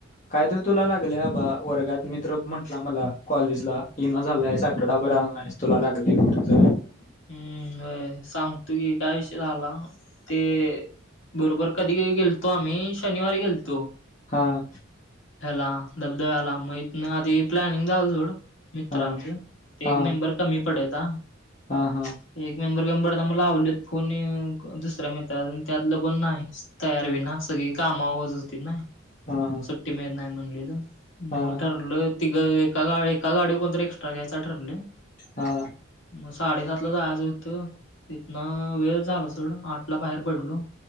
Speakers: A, on the left; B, on the left.
A: काय तर तुला लागल आबा, वर्गात मित्र म्हटला मला, कॉलेजला येईना झालायस आठवडाभर आला नाहीस. तुला लागलय कुठतर?
B: हं. व्हय सांगतो की, काय विषय झाला. ते बरोबर कधी गेलतो? आम्ही शनिवारी गेलतो.
A: हां.
B: ह्याला धबधब्याला. मग, इथन आधी प्लॅनिंग झालं सोड मित्रांचं
A: हा
B: ते
A: हा
B: एक मेंबर कमी पडता
A: हा हा
B: एक. मेंबर कमी पडता म लावलेत फोन नी. दुसऱ्या मित्रानी त्यातल कोण नाहीस तयार होईना सगळी कामावर जतीत ना.
A: हा हा!
B: ती मेनं नाय म्हणलेला
A: हा
B: मं ठरलं. तिघं एका गाडी, एका गाडीव कोणतरी एक्स्ट्रा घ्यायचा ठरलय.
A: हा!
B: म साडेसातला जायचं होतं. तिथनं वेळ झाला सोडा, आठला बाहेर पडलो.